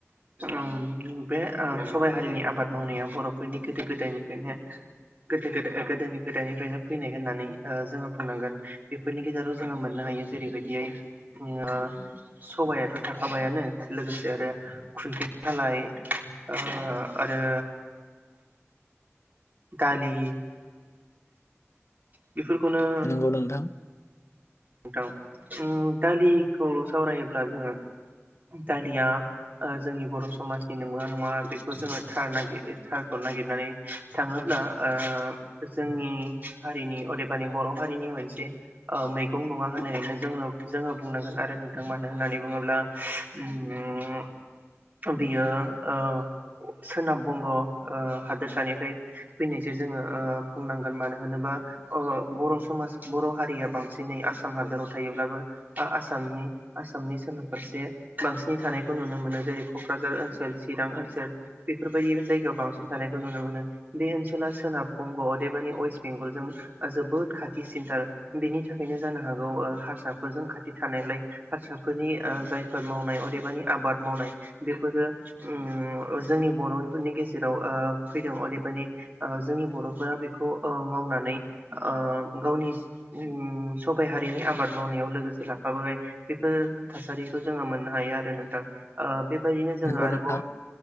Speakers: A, on the right; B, on the left.
A: ओ बे ओ सबाइ हारिनि आबाद मावनाया बर'फोरनि गोदो गोदायनिफायनो गोदो गोदा गोदोनि गोदायनिफायनो फैनाय होननानै ओ जोङो बुंनांगोन बेफोरनि गेजेराव जोंङो मोननो हायो जेरैबायदियै ओ सबायाथ' थाखाबायानो लोगोसे आरो खुन्थि सालाय ओ आरो दालि बिफोरखौनो
B: नंगौ नोंथां
A: थां उम दालिखौ सावरायोब्ला जोंङो दालिया ओ जोंनि बर' समाजनि नंगौ‌ना नंङा बेखौ जोंङो थार नागिर थारखौ नागिरनानै थाङोब्ला ओ जोंनि हारिनि अदेबानि बर' हारिनि मोनसे ओ मैगं नंङा होननानैनो जों जोंङो बुंनांगोन आरो नोंथां मानो होननानै बुङोब्ला उम बियो ओ सोनाब बंग' ओ हादोरसानिफ्राय फैनायसो जोंङो ओ बुंनांगोन मानो होनोबा ओ बर' समाज बर' हारिया बांसिनै आसाम हादराव थायोब्लाबो आसामनि आसामनि सोनाब फारसे बांसिनै थानायखौ नुनो मोनो जेरै क'क्राझार ओनसोल चिरां ओनसोल बेफोरबायदि जायगायाव बांसिन थानायखौ नुनो मोनो बे ओनसोला सोनाब बंग' अदेबानि वेस्ट बेंगलजों जोबोद खाथि सिनथार बिनि थाखायनो जानो हागौ ओ हारसाफोरजों खाथि थानायलाय हारसाफोरनि ओ जायफोर मावनाय अदेबानि आबाद मावनाय बेफोरो उम ओ जोंनि बर'फोरनि गेजेराव ओ फैदों अदेबानि ओ जोंनि बर' फोरा बेखौ ओ मावना नै ओ गावनि उम सबाइ हारिनि आबाद मावनायाव लोगोसे लाफाबोबाय बेफोर थासारिखौ जोंङो मोननो हायो आरो नोंथां ओ बे बेबायदिनो जोंङो
B: नंगौ
A: आरोबाव
B: नोंथाङा